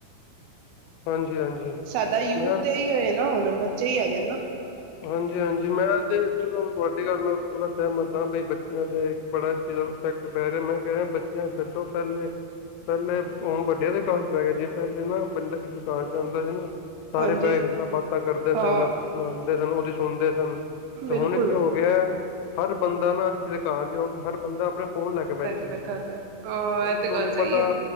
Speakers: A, on the left; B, on the right.
A: ਹਾਂਜੀ। ਹਾਂਜੀ
B: ਸਾਡਾ ਯੂਥ
A: ਮੈਂ
B: ਤੇ ਇਹ ਹੀ ਹੈ ਨਾ ਹੁਣ ਬਚ ਬੱਚੇ ਹੀ ਹੈਗੇ ਨਾ।
A: ਹਾਂਜੀ- ਹਾਂਜੀ, ਮੈਂ ਤੇ ਚਲੋ ਤੁਹਾਡੀ ਗੱਲ ਮੈਂ ਮ ਬੜਾ ਸਹਿਮਤ ਹਾਂ ਬਈ ਬੱਚਿਆਂ ਦੇ ਬੜਾ ਜਿਆਦਾ ਇਫੈਕਟ ਪੈ ਰਿਹਾ ਮੈਂ ਕਹਿ ਰਿਹਾ ਬੱਚਿਆਂ ਛੱਡੋ ਪਹਿਲੇ, ਪਹਿਲੇ ਹੁਣ ਵੱਡਿਆਂ ਦੇ ਕਾਫ਼ੀ ਪੈ ਗਿਆ ਜੇ ਪਹਿਲੇ ਨਾ ਬੰਦਾ ਕਿਸੇ ਘਰ ਜਾਦਾ ਸੀ ਨਾ ਜਾਂਦਾ ਸੀ ਨਾ- ਸਾਰੇ
B: ਹਾਂਜੀ
A: ਬੈਂਹ ਕੇ ਗੱਲਾਂ ਬਾਤਾਂ ਕਰਦੇ
B: ਹਾਂ
A: ਸਨ ਅਪਨਾ। ਫੇਰ ਸਾਨੂ ਉਹਦੀ ਸੁਣਦੇ ਸਨ, ਤੇ
B: ਬਿਲਕੁਲ
A: ਹੁਣ ਕੀ ਹੋ ਗਿਆ। ਹਰ ਬੰਦ ਬੰਦਾ ਨਾ ਜਿਵੇ ਕਰ ਜਾਓ ਹਰ ਬੰਦਾ ਆਪਣੇ ਫੋਨ ਲੈ ਕੇ ਬਹਿ ਜੇਗਾ,
B: ਬੈਠਾ ਹੁੰਦਾ ਹਾਂ
A: ਉਹਨੂੰ
B: ਇਹ ਤੇ ਗੱਲ
A: ਨੀ
B: ਸਹੀ
A: ਪਤਾ
B: ਹੈ